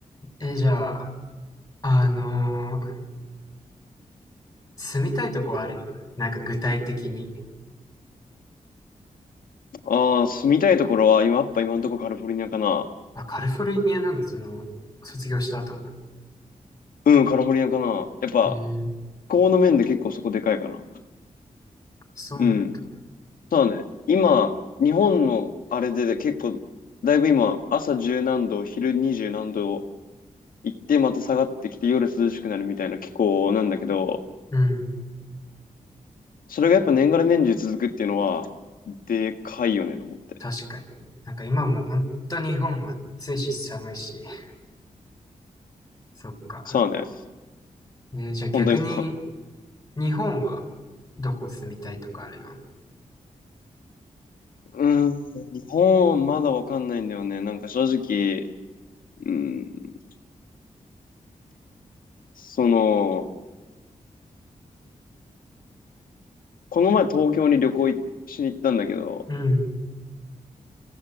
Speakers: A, on the left (about 25°); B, on the left (about 80°).
A: え、じゃあ、あのー住みたいとこはあるのなんか具体的に。
B: ああ、住みたいところは、今、やっぱ今のところカリフォルニアかな。
A: あ、カリフォルニアなんだ、その、卒業した後も。
B: うん、カリフォルニアかな。やっぱ、
A: へえー、
B: 気候の面で結構そこでかいかな。
A: そうなんだ。
B: うん。そうだね。今、日本のあれで結構、だいぶ今、朝十何度、昼二十何度行って、また下がってきて、夜涼しくなるみたいな気候なんだけど、
A: うん、
B: それがやっぱ年がら年中続くっていうのは、でかいよねと思って。
A: 確かに。なんか今もう本当日本暑いし寒いし。<laughs> そっか。
B: そうだね。
A: えー、じゃあ逆に、
B: 本当にそう。
A: 日本はどこ住みたいとかあるの
B: うーん、日本まだわかんないんだよね。なんか正直、うーん、その、この前東京に旅行いしに行ったんだけど、
A: うん。